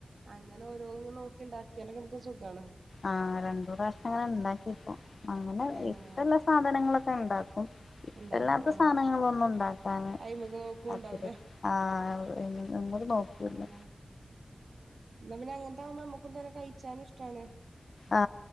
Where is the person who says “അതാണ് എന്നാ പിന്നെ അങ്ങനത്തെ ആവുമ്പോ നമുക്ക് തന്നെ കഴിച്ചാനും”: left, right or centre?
Right